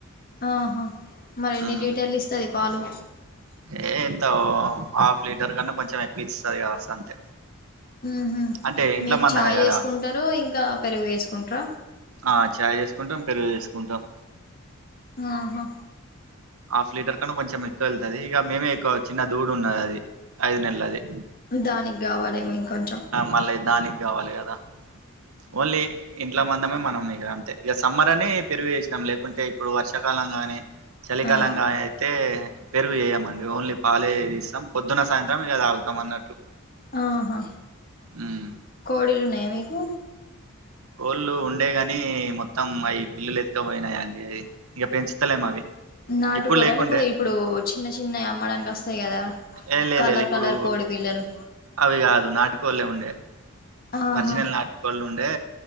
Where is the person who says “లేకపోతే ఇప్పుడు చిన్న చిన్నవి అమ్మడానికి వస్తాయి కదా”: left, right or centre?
Left